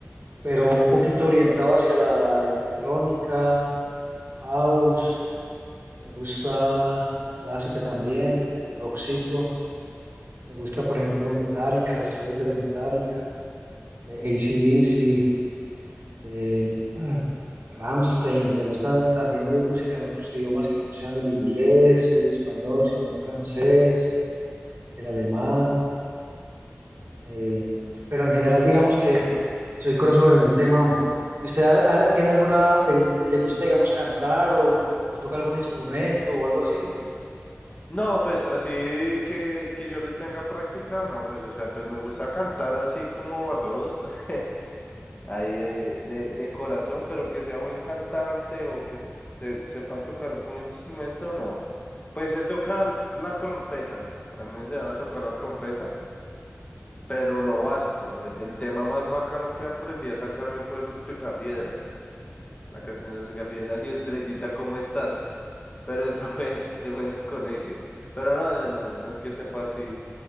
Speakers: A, on the right; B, on the left.
A: pero un poquito orientado hacia la electrónica, house. Me gusta la clásica también, el rockcito. Me gusta, por ejemplo, Metallica, las clásicas de Metallica, eh,
B: Ujú.
A: AC/DC, eh, <clears throat> Rammstein. Me gusta también oír música en otros idiomas que no sean el inglés y el español, sino el francés, el alemán. eh, pero en general, digamos que, que soy crossover en el tema, hombre. ¿Y usted ah, ah, tiene alguna, de- le gusta, digamos, cantar o, o toca algún instrumento o algo así?
B: No, pues así que, que yo le tenga práctica, no, pues o sea, pues me gusta cantar así como a todos, <laughs> ahí de, de, de corazón, pero que sea buen cantante o que se- sepa tocar algún instrumento, no. Pues sé tocar la trompeta, a mí me enseñaron a tocar la trompeta, Pero lo básico, eh, el tema más bacano que aprendí a sacarme fue Los Picapiedras, la canción de Los Picapiedras y Estrellita, ¿cómo estás? Pero eso
A: <laughs>
B: fue, <laughs> eso fue en el colegio. Pero no, yo no, no es que sepa si